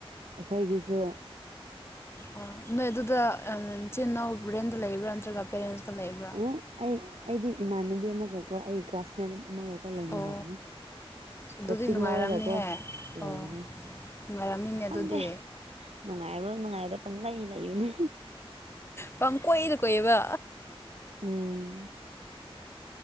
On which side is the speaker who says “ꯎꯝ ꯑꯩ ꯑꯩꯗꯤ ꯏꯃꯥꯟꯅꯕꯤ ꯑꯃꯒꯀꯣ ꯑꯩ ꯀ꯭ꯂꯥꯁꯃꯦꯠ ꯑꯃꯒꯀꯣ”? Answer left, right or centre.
Right